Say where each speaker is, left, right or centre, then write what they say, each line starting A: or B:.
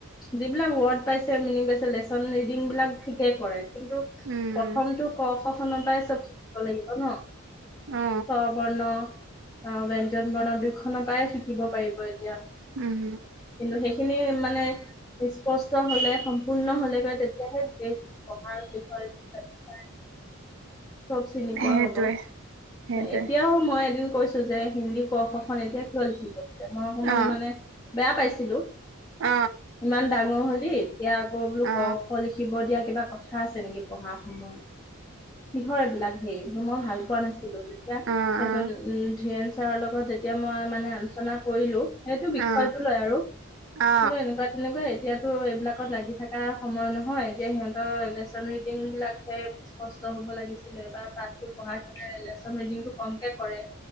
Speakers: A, on the left (about 20°); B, on the right (about 60°).
A: যিবিলাক ৱৰ্ড পাইছে মিনি লেচন ৰিডিং বিলাক ঠিকে কৰে। কিন্তু
B: উম
A: প্ৰথমটো ক। খনৰ পৰাই চব শিকিব লাগিব ন।
B: অ
A: স বৰ্ণ। অ ব ব্যঞ্জন বৰ্ন দুই খনৰ পৰা শিকিব পাৰিব। এতিয়া
B: উম
A: কিন্তু সেই। খিনি মানে। স্পষ্ট হলে সম্পূৰ্ণ হলেগৈ তেতিয়াহে গোটেই পঢ়াৰ বিষয় জান প নাই। চব চিনি
B: সেইটোৱে
A: পোৱা হব
B: সেইটোৱে
A: এতিয়াও মই এদিন। কৈছো যে হিন্দী কৌ খ খন এতিয়া কিয় লিখিব। মই অকমান
B: অ
A: মানে। বেয়া পাইছিলো।
B: অ
A: ইমান ডাঙৰ হৈ। কি। এতিয়া আকৌ বোলো
B: অ
A: ক খ লিখিব দিয়া। কিবা কথা আছে নিকি পঢ়া সময়ত কিহৰ এইবিলাক হেৰি মই ভাল পোৱা নাছিলো ছিলো তেতিয়া
B: অ
A: সেজন
B: অ
A: ধিয়েৰচ ছাৰৰ লগত যেতিয়া মই মানে আলোচনা কৰিলো সেইটো বিষয়টো
B: অ
A: লয় আৰু
B: অ
A: এনেকুৱা তেনেকুৱাই এতিয়াতো এইবিলাকত লাগি থকা সময় নহয় এতিয়া সিহঁতৰ লেচন ৰিডিং বিলাকহে স্পষ্ট হব লাগিছিলে বা পাঠটো পঢ়াৰ হেতৰ লেচন ৰিডিংটো কমকে কৰে